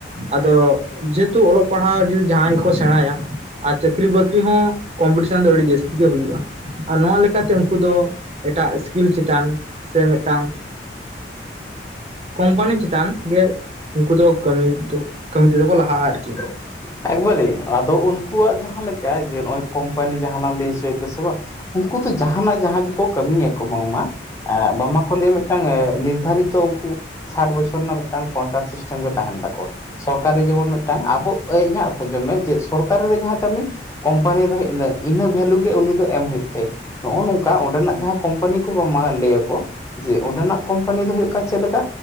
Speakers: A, on the right; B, on the left.
A: ᱟᱫᱚ ᱡᱮᱦᱮᱛᱩ ᱚᱞᱚᱜ ᱯᱟᱲᱦᱟᱜ ᱡᱩᱫᱤ ᱡᱟᱦᱟᱸᱭ ᱜᱮᱠᱚ ᱥᱮᱬᱟᱭᱟ ᱟᱨ ᱪᱟᱹᱠᱷᱨᱤ ᱵᱟᱹᱠᱷ ᱠᱤ ᱦᱚᱸ ᱠᱚᱢᱯᱤᱴᱤᱥᱮᱱ ᱫᱚ ᱟᱹᱰᱤ ᱡᱟᱹᱥᱛᱤ ᱜᱮ ᱦᱩᱭᱩᱜᱼᱟ ᱟᱨ ᱱᱚᱣᱟ ᱞᱮᱠᱟ ᱛᱮ ᱩᱱᱠᱩ ᱫᱚ, ᱮᱴᱟᱜ ᱤᱥᱠᱤᱞ ᱪᱤᱛᱟᱱ ᱥᱮ ᱢᱤᱫᱴᱟᱝ ᱠᱳᱢᱯᱟᱱᱤ ᱪᱮᱛᱟᱱ, ᱜᱮ ᱩᱱᱠᱩ ᱫᱚ ᱠᱟᱹᱢᱤ ᱫᱚ, ᱛᱮ ᱫᱚ ᱠᱚ ᱞᱟᱦᱟᱼᱟ ᱟᱨᱠᱤ,
B: <unintelligible> ᱮᱠᱵᱟᱨᱮ, ᱟᱫᱚ ᱩᱱᱠᱩᱣᱟᱜ ᱡᱟᱦᱟᱸ ᱞᱮᱠᱟ ᱡᱮ ᱱᱚᱜ-ᱚᱭ ᱠᱳᱢᱯᱟᱱᱤ ᱡᱟᱦᱟᱸ ᱞᱟᱝ ᱞᱟᱹᱭ ᱦᱚᱪᱚᱭᱮᱫᱟ ᱥᱮ ᱵᱟᱝ? ᱩᱱᱠᱩ ᱫᱚ ᱡᱟᱦᱟᱱᱟᱜ ᱡᱟᱦᱟᱸ ᱜᱮ ᱠᱚ ᱠᱟᱹᱢᱤᱭᱟ ᱠᱚ ᱵᱟᱝᱢᱟ, ᱟᱸᱻ ᱵᱟᱝᱢᱟ ᱠᱚ ᱞᱮᱭᱟ ᱢᱤᱫᱴᱟᱝ ᱮ ᱱᱤᱨᱫᱷᱟᱨᱤᱛᱚ ᱩᱱᱠᱩ, ᱥᱟᱴ ᱵᱚᱪᱷᱚᱨ ᱨᱮᱱᱟᱜ ᱢᱮᱫᱴᱟᱝ ᱠᱚᱱᱴᱨᱟᱠᱴ ᱥᱤᱥᱴᱮᱢ ᱜᱮ ᱛᱟᱦᱮᱱ ᱛᱟᱠᱚᱣᱟ, ᱥᱚᱨᱠᱟᱨᱤ ᱡᱮᱢᱚᱱ ᱢᱮᱫ ᱴᱟᱝ, ᱟᱵᱚ ᱟᱹᱭ ᱤᱧᱟᱜ ᱠᱷᱚᱡᱚᱜ ᱢᱮ ᱡᱮ ᱥᱚᱨᱠᱟᱨᱤ ᱨᱮ ᱡᱟᱦᱟᱸ ᱠᱟᱹᱢᱤ, ᱠᱳᱢᱯᱟᱱᱤ ᱨᱮ ᱦᱚᱸ ᱤᱱᱟᱹ ᱤᱱᱟᱹ ᱵᱷᱮᱞᱩ ᱜᱮ ᱩᱱᱤ ᱫᱚ ᱮᱢ ᱦᱩᱭᱩᱜ ᱛᱟᱭᱟ ᱾ ᱱᱚᱜᱼᱚ ᱱᱚᱝᱠᱟ ᱚᱸᱰᱮᱱᱟᱜ ᱡᱟᱦᱟᱸ ᱠᱳᱢᱯᱟᱱᱤ ᱠᱚ ᱵᱟᱝ ᱢᱟ ᱞᱟᱹᱭᱟ ᱠᱚ, ᱡᱮ, ᱚᱸᱰᱮᱱᱟᱜ ᱠᱳᱢᱯᱟᱱᱤ ᱫᱚ ᱦᱳᱭᱳᱜ ᱠᱟᱱᱟ ᱪᱮᱜ ᱞᱮᱠᱟ,